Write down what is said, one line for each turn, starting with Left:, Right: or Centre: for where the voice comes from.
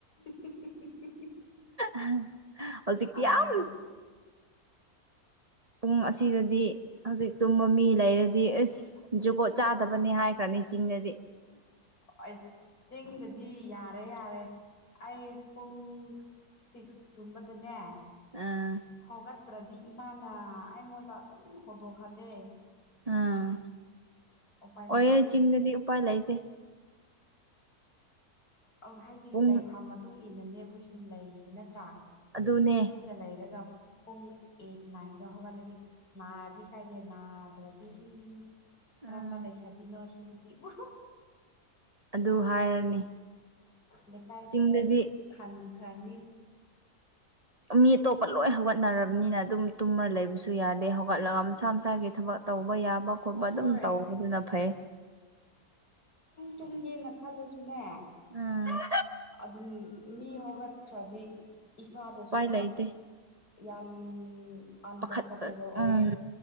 Left: <unintelligible>
Right: <unintelligible> ꯍꯧꯖꯤꯛꯇꯤ
Left: ꯑꯂꯥ
Right: ꯌꯥꯝ
Left: ꯃꯈꯜ
Right: ꯄꯨꯡ ꯑꯁꯤꯗꯗꯤ ꯍꯧꯖꯤꯛ ꯇꯨꯝꯕ ꯃꯤ ꯂꯩꯔꯗꯤ ꯑꯦꯁ ꯖꯨꯒꯣꯠ ꯆꯥꯗꯕꯅꯤ ꯍꯥꯏꯈ꯭ꯔꯅꯤ ꯆꯤꯡꯗꯗꯤ꯫
Left: ꯑꯩꯁ ꯆꯤꯡꯗꯗꯤ ꯌꯥꯔꯦ ꯌꯥꯔꯦ ꯑꯩ ꯄꯨꯡ ꯁꯤꯛꯁ ꯀꯨꯝꯕꯗꯅꯦ
Right: ꯑꯥ
Left: ꯍꯧꯒꯠꯇ꯭ꯔꯗꯤ ꯏꯃꯥꯅ ꯑꯩꯉꯣꯟꯗ ꯑꯗꯨꯝ ꯍꯧꯗꯣꯛꯍꯜꯂꯦ
Right: ꯑꯝ
Left: ꯎꯄꯥꯏ
Right: ꯑꯣꯏꯌꯦ
Left: ꯂꯩꯇꯦ
Right: ꯆꯤꯡꯗꯗꯤ ꯎꯄꯥꯏ ꯂꯩꯗ
Left: ꯑ ꯍꯥꯏꯗꯤ
Right: ꯄꯨꯡ
Left: ꯂꯩꯐꯝꯥ ꯃꯇꯨꯡ ꯏꯟꯅꯅꯦ ꯑꯩꯈꯣꯏꯁꯨ ꯂꯩꯁꯦ ꯅꯠꯇ꯭ꯔꯥ
Right: ꯑꯗꯨꯅꯦ
Left: ꯆꯤꯡꯗ ꯂꯩꯔꯒ ꯄꯨꯡ ꯑꯩꯠ ꯅꯥꯏꯟꯗ ꯍꯧꯒꯠꯂꯗꯤ ꯅꯥꯔꯗꯤ ꯀꯥꯏꯗꯦ ꯅꯥꯗ꯭ꯔꯗꯤ ꯎꯝ ꯀꯔꯝꯕ
Right: ꯑꯥ
Left: ꯂꯩꯁꯥꯕꯤꯅꯣ ꯁꯤ ꯅꯨꯄꯤꯕꯨ
Right: ꯑꯗꯨ ꯍꯥꯏꯔꯅꯤ
Left: ꯂꯩꯦꯀꯥꯏ
Right: ꯆꯤꯡꯗꯗꯤ
Left: ꯄꯤꯛ ꯈꯥꯟꯈ꯭ꯔꯥꯅꯤ
Right: ꯃꯤ ꯑꯇꯣꯞꯄ ꯂꯣꯏ ꯍꯧꯒꯠꯅꯔꯕꯅꯤꯅ ꯑꯗꯨꯝ ꯇꯨꯝꯃꯔ ꯂꯩꯕꯁꯨ ꯌꯥꯗꯦ ꯍꯧꯒꯠꯂꯒ ꯃꯁꯥ ꯃꯁꯥꯒꯤ ꯊꯕꯛ ꯇꯧꯕ ꯌꯥꯕ ꯈꯣꯠꯄ
Left: ꯍꯣꯏ
Right: ꯑꯗꯨꯝ ꯇꯧꯕꯗꯨꯅ ꯐꯩ
Left: ꯇꯝꯒꯦꯅ ꯈꯜꯂꯨꯁꯨꯅꯦ
Right: ꯎꯝ
Left: ꯑꯗꯨꯝ ꯃꯤ ꯍꯧꯒꯠꯈ꯭ꯔꯗꯤ ꯏꯁꯥꯗꯁꯨ
Right: ꯎꯄꯥꯏ ꯂꯩꯇꯦ
Left: ꯌꯥꯝ ꯑꯟꯀꯝꯐꯣꯔꯇꯦꯕꯜ
Right: ꯄꯥꯈꯠꯄ
Left: ꯑꯣꯏꯌꯦ
Right: ꯎꯝ